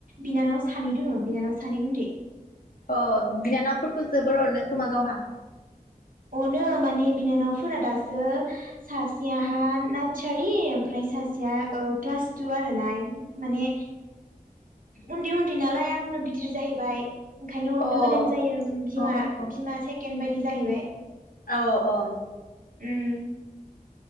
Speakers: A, on the right; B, on the left.
A: बिनानाव सानै दोङ बिनानाव सानै उन्दै
B: अ बिनानावफोरखौ जोबोर अनो खोमा गावहा
A: अनो माने बिनानावफोरा दासो सासेयाहा नार्सारि ओमफ्राय सासेया ओ क्लास टु आर ना माने उन्दै उन्दै नालाय आंनो गिदिर जाहैबाय ओंखायनो अननो
B: अ
A: गोनां जायो बिमा
B: अ अ अ
A: बिमा से केन बायदि जाहैबाय
B: औ अ
A: उम